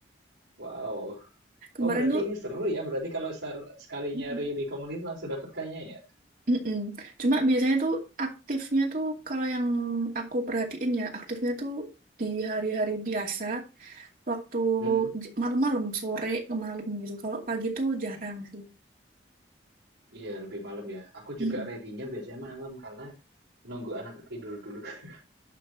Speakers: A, on the right (about 70°); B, on the right (about 45°).
A: Wow.
B: Kemarin
A: Oh berarti
B: tuh
A: ini seru ya. Berarti kalau sar- sekali
B: hmm,
A: nyari di komunitas langsung dapat kayaknya ya.
B: Mm-mm. Cuma biasanya tuh aktifnya tuh kalau yang aku perhatiin ya aktifnya tuh di hari-hari biasa waktu
A: Mhm,
B: j- malam-malam sore ke malam gitu. Kalau pagi tuh jarang sih.
A: iya lebih malam ya. Aku
B: Mm-mm.
A: juga ready-nya biasanya malam karena nunggu anak tidur dulu. <laughs>